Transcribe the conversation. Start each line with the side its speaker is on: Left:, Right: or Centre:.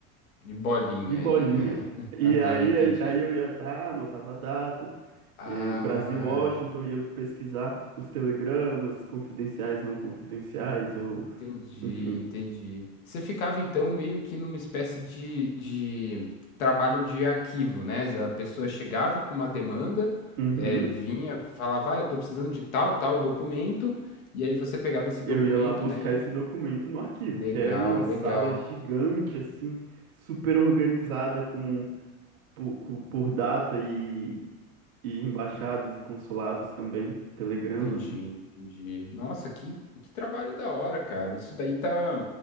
Left: De bolinha
Right: e bolinha.
Left: aí, né? <laughs>
Right: E
Left: Aham,
Right: aí,
Left: entendi.
Right: aí, aí eu ia estar, anotava a data
Left: Ah,
Right: eh, Brasil, Washington, ia pesquisar os telegramas confidenciais, não confidenciais, ou
Left: entendi,
Right: enfim.
Left: entendi. Você ficava então meio que numa espécie de, de trabalho de arquivo, né? A pessoa chegava com uma demanda,
Right: Uhum.
Left: eh, vinha, falava, ah, eu tô precisando de tal, tal documento, e aí você pegava esse
Right: Eu
Left: documento,
Right: ia lá buscar
Left: né?
Right: esse documento no arquivo,
Left: Legal,
Right: que era uma sala
Left: legal.
Right: gigante, assim, super organizada com, por, com- por data e, e embaixadas e consulados também, telegramas.
Left: Entendi,
Right: né?
Left: entendi. Nossa, que, que trabalho da hora, cara. Isso daí tá,